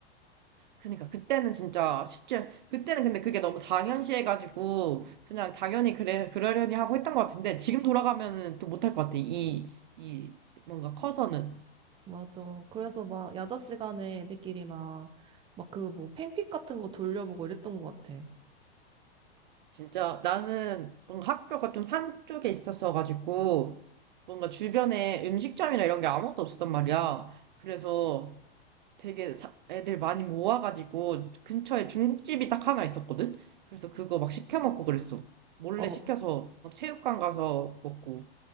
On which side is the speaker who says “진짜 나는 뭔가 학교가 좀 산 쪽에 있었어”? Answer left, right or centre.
Right